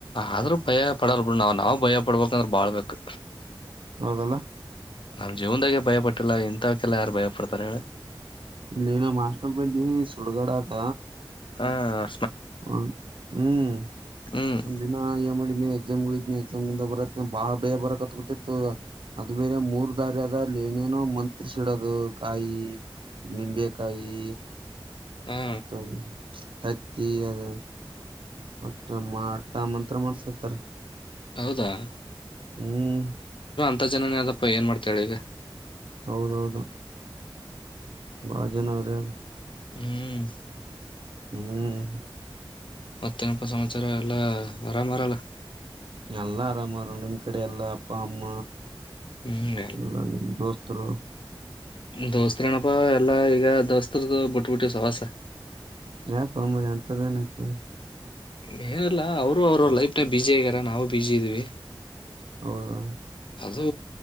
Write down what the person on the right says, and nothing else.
ಹೌದಲ್ಲ
ನನ ಮಾಸ್ನ ಪಲ್ಲಿ ಸುಡಗಡಾತ
ಹ ಹ್ಮ್
ಒಂದ ದಿನ ಯ ಮಾಡಿನ ಎಕ್ಸಾಮ್ ಹಯ ಎಕ್ಸಾಮ್ಿಂದ ಬರತ್ನ ಬಾಳ ಭಯ ಬರಕತ್ ಬಿಿಟ್ಟಿತ್ತು ಅದು ಬೇರೆ ಮೂರ್ ದಾರಿ ಆದದಲ್ಲಿ ಏನೇನೋ ಮಂತ್ರ್ಸಿಡೋದು ಕಾಯಿ ನಿಂಬೆಕಾಯಿ
ತೌ ೈತಿ ಅದ ಮ ಮಾಟ ಮಂತ್ರತ್ರ ಮಾಡಸತಾರ
ಹ್ಮ್
ಹೌದೌದು ಬಾಳ ಜನಾವ್ರ ಯಾರು
ಹ್ಮ್
ಎಲ್ಲಾ ಆರಾಮಾರ ನಿಮ್ ಕಡೆ ಎಲ್ಲಾ ಅಪ್ಪ ಅಮ್ಮ
ಎಲ್ಲ ನಿಮ್ಮ್ ದೋಸ್ತರು
ಯಾಕ ಅಂಬರಿ ಅಂತದ ನ ಐತೆ
ಹೌದಾ